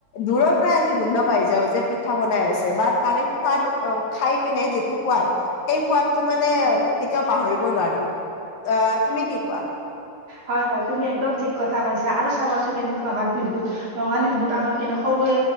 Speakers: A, on the left (about 65°); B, on the right (about 40°).
A: দূৰৰ পৰাই আমি গোন্ধ পাই যাওঁ যে পিঠা বনাই আছে বা তাৰে সোৱাদ অ খাই পিনে যিটো সোৱাদ এই সোৱাদটো মানে কেতিয়াও পাহৰিব নোৱাৰি আ তুমি কি? কোৱা?
B: হয় হয় তুমি একদম ঠিক কথা কৈছা। আৰু চাবাচো কেনেকুৱা হয় বিহুত ৰঙালী বিহুত আমাৰ কেনে সৰুৱে